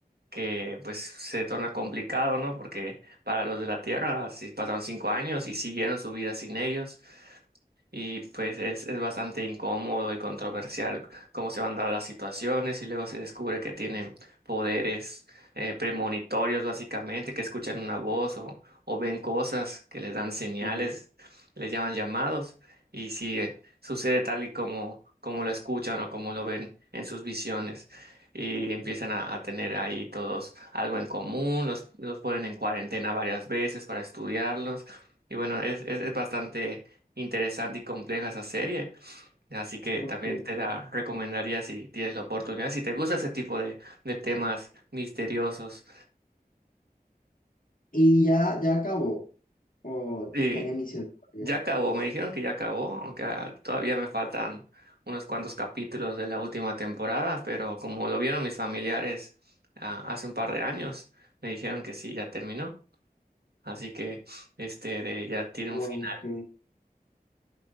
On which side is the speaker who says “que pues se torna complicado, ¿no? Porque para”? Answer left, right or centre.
Right